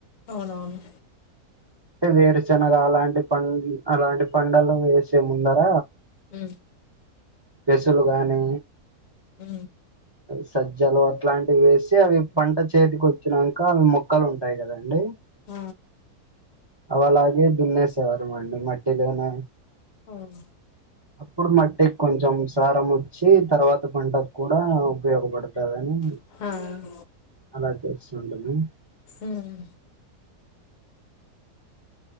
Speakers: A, on the left (about 60°); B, on the right (about 35°).
A: అవునవును
B: అంటే వేరుశనగా అలాంటి పం అలాంటి పండలు వేసే ముందర
A: ఉ
B: పెసులు గాని
A: ఉ
B: సజ్జలు అట్లాంటివి వేసి అవి పంట చేతికి వచ్చినంక అవి మొక్కలు ఉంటాయి కదా అండి
A: ఉ
B: అవి అలాగే దున్నేసేవారు మండి మట్టిలోనే
A: ఓచ్
B: అప్పుడు మట్టికి కొంచెం సారం వచ్చి తర్వాత పంట కూడా ఉపయోగపడుతదని
A: ఆ
B: అలా చేస్తు వుండిమి
A: ఉమ్